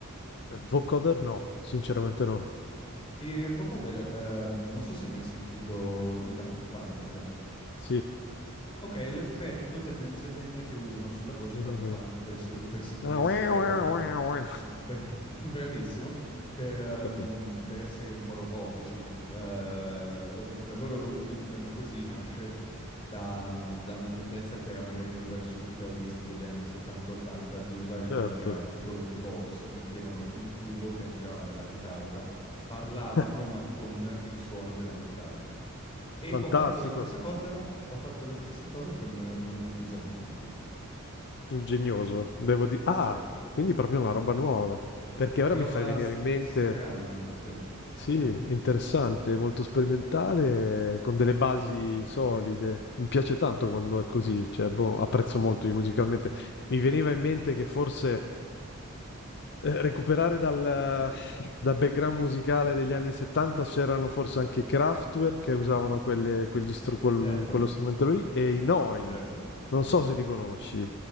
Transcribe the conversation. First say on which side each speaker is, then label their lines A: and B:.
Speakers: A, on the left; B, on the left.
A: vocoder? No, sinceramente no.
B: E il vocoder, ehm, non so se hai mai sentito i Daft Punk.
A: Sì.
B: Ok, è l'effetto tendenzialmente che usano sulla voce
A: Mhm.
B: i Daft Punk per, se- per sentirsi,
A: Ah, ue,
B: cioè
A: ue,
B: per, per-
A: ue, ue.
B: bra- <laughs> bravissimo, per, ehm,
A: Ho capito.
B: per essere un po' robotici. Eh, o comunque loro lo utilizzano così, nasce da, da una tendenza che era magari più verso i chitarristi degli anni 70-80 di usare
A: Certo.
B: quella che era una talk box, mettevano un tubo che entrava nella chitarra parlavano
A: <laughs>
B: ma con il suono della chitarra. E
A: Fantastico.
B: ho fatto la stessa cosa, ho fatto la stessa cosa con, con una fisarmonica.
A: Ingegnoso. Devo dire... Ah,
B: Sì.
A: quindi proprio una roba nuova. Perché ora
B: Una
A: mi
B: roba
A: fai venire
B: s-
A: in mente
B: strana, sì.
A: Sì,
B: <laughs>
A: interessante, molto sperimentale, con delle basi solide. Mi piace tanto quando è così, cioè, boh, apprezzo molto io musicalmente. Mi veniva in mente che forse eh, recuperare dal, dal background musicale degli anni 70 c'erano forse anche i Kraftwerk che usavano quelle- quegli stru- quel-
B: certo,
A: quello strumento lì e i Noi,
B: certo.
A: non so se li conosci.